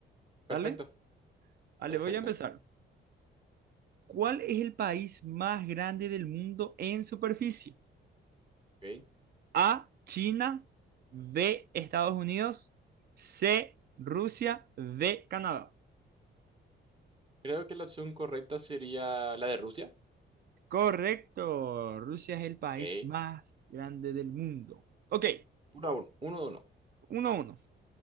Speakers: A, on the right; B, on the right.
A: Perfecto,
B: ¿Dale? Vale,
A: perfecto.
B: voy a empezar. ¿Cuál es el país más grande del mundo en superficie?
A: ok.
B: A, China, B, Estados Unidos, C, Rusia, D, Canadá.
A: Creo que la opción correcta sería la de Rusia.
B: Correcto. Rusia es el país
A: Ok.
B: más grande del mundo. Ok,
A: Uno a uno. Uno de uno.
B: uno a uno.